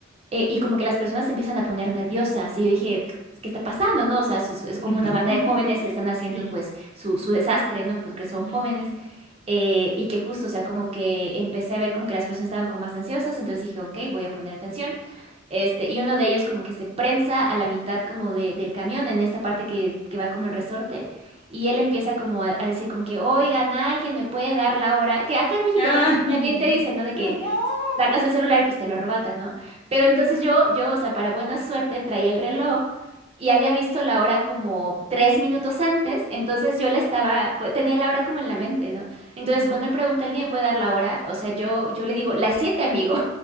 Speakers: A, on the right; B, on the left.
A: eh, y como que las personas se empiezan a poner nerviosas y yo dije, ¿qué está pasando, no? O sea, es, es como
B: <laughs>
A: una banda de jóvenes que están haciendo
B: Sí.
A: pues su, su desastre, ¿no? Pues que son jóvenes
B: ujú,
A: eh, y que justo, o sea, como que empecé a ver como que las personas estaban como más ansiosas, entonces dije, ok, voy a poner atención. Este, y uno de ellos como que se prensa a la mitad como de, del camión, en esta parte que, que va como el resorte, y él empieza
B: ujú.
A: como a, a decir como que, oigan, alguien me puede dar la hora, que acá en México
B: Ay,
A: también, también
B: no.
A: te dicen, ¿no? De que
B: <laughs>
A: sacas el celular y pues te lo arrebatan, ¿no? Pero
B: Mm,
A: entonces yo, yo, o sea, para buena suerte traía el reloj y había visto la hora como tres minutos antes, entonces yo la estaba, pues tenía la hora como en la mente, ¿no? Entonces
B: ujú,
A: cuando él pregunta, ¿alguien me puede dar la hora? O sea, yo, yo le digo, las siete, amigo,